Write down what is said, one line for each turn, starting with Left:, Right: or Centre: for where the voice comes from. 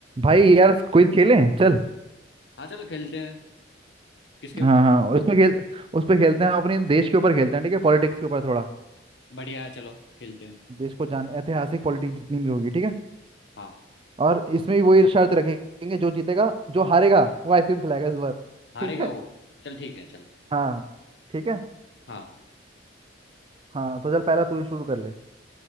Right: भाई यार क्विज खेलें चल
Left: हाँ चलो खेलते हैं किसके ऊपर
Right: हाँ हाँ उसमें खेल उस पे खेलते
Left: हाँ,
Right: हैं हम अपने देश के ऊपर खेलते हैं ठीक है पॉलिटिक्स के ऊपर थोड़ा
Left: बढ़िया है चलो खेलते हैं
Right: देश को जान ऐतिहासिक पॉलिटिक्स जितनी भी होगी ठीक है
Left: हाँ
Right: और इसमें भी वही शर्त रखेंगे जो जीतेगा जो हारेगा वो आइसक्रीम खिलाएगा इस बार ठीक
Left: हारेगा
Right: है
Left: वो चल ठीक है चल
Right: हाँ ठीक है
Left: हाँ
Right: हाँ तो चल पहला तू ही शुरू कर ले